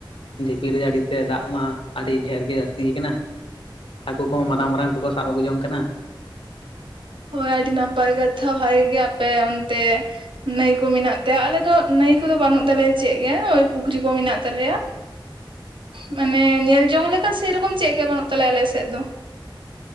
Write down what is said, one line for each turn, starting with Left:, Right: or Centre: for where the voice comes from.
Left: ᱡᱷᱤᱯᱤᱨ ᱡᱟᱹᱲᱤ ᱛᱮ ᱫᱟᱜ ᱢᱟ ᱟᱹᱰᱤ ᱰᱷᱮᱨ ᱜᱮ ᱡᱟᱹᱥᱛᱤ ᱟᱠᱟᱱᱟ ᱦᱟᱹᱠᱩ ᱠᱚᱦᱚᱸ ᱢᱟᱨᱟᱝ
Right: ᱦᱳᱭ
Left: ᱢᱟᱨᱟᱝ ᱠᱚᱠᱚ ᱥᱟᱵ ᱟᱹᱜᱩ ᱡᱚᱝ ᱠᱟᱱᱟ
Right: ᱦᱳᱭ ᱟᱹᱰᱤ ᱱᱟᱯᱟᱭ ᱠᱟᱛᱷᱟ ᱵᱷᱟᱜᱤ ᱜᱮ ᱟᱯᱮ ᱚᱱᱛᱮ ᱱᱟᱹᱭ ᱠᱚ ᱢᱮᱱᱟᱜ ᱛᱮ ᱟᱞᱮ ᱫᱚ ᱱᱟᱹᱭ ᱠᱚᱫᱚ ᱵᱟᱹᱱᱩᱜ ᱛᱟᱞᱮᱭᱟ ᱪᱮᱫ ᱜᱮ ᱳᱭ ᱯᱩᱠᱷᱨᱤ ᱠᱚ ᱢᱮᱱᱟᱜ ᱛᱟᱞᱮᱭᱟ ᱢᱟᱱᱮ ᱧᱮᱞ ᱡᱚᱝ ᱞᱮᱠᱟ ᱥᱮᱨᱚᱠᱚᱢ ᱪᱮᱫ ᱜᱮ ᱵᱟᱹᱱᱩᱜ ᱛᱟᱞᱮᱭᱟ ᱟᱞᱮᱥᱮᱫ ᱫᱚ